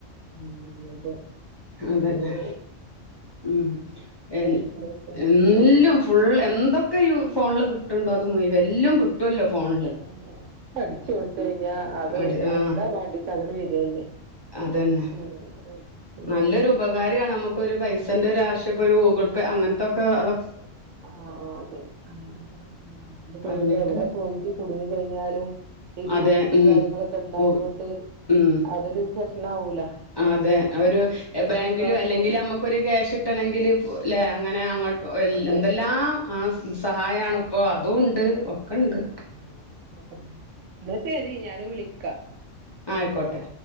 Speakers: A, on the right (about 75°); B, on the left (about 35°).
A: ഉം ഉം അതെ
B: അതന്നെ
A: ആഹ
B: ഉം എ
A: ഇതായിക്കുണു
B: എല്ലോം
A: ഉം
B: ഫുൾ എന്തൊക്കെയു ഫോണില് കിട്ട്ണ്ടോ അത് മുയവം എല്ലൊം കിട്ടും ട്ടല്ലോ ഫോൺ
A: ഉം പഠിച്ചു കൊട്ത്തയിഞ്ഞാ അത്
B: അടി ആ
A: എന്താ വേണ്ടിചാ അത് വരല്ലേ
B: അതന്നെ
A: <unintelligible>
B: നല്ലൊരുപകാരിയാണ് നമക്കൊരു പൈസന്റൊരാവശ്യപ്പരു ഗൂഗിൾ പേ അങ്ങനത്തൊക്കെ അതൊ
A: ആ അതെ അങ്ങനെക്ക ഇപ്പ
B: പറഞ്ഞിട്ട്
A: ഞമ്മളെവടെ പോയിട്ട് കുടുങ്ങി കയിഞ്ഞാലും ഈ ഗൂഗിൾ
B: അതെ
A: പേ
B: ഉം
A: കാര്യങ്ങളൊക്കണ്ടായതൊണ്ട്
B: ഉം
A: അതൊരു പ്രശ്നാവൂല അങ്ങനെ
B: അതെ അതൊരു ബാങ്കിലല്ലെങ്കിലമ്മ
A: നമുക്ക് ആ സ്പോട്ടിൽ
B: ക്കൊരു ക്യാഷ് കിട്ടണെങ്കില് അങ്ങനങ്ങട്ട് എല്ല
A: അതെ
B: എന്തെല്ലാം ആ സഹായണ്പ്പോ അതുംണ്ട് ഒക്കെ ണ്ട്
A: ആ ന്നാ ശരി ഞാൻ വിളിക്ക
B: ആഹ് അയ്ക്കോട്ടെ